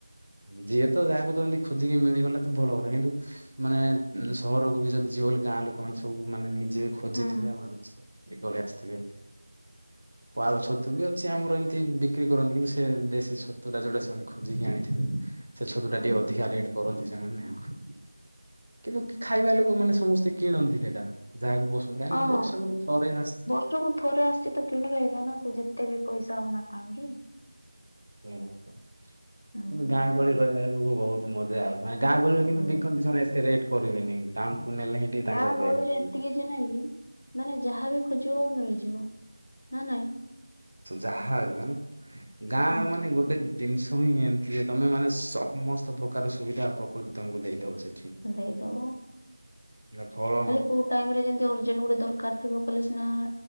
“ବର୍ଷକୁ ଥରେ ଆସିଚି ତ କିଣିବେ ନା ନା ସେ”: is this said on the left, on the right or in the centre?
Left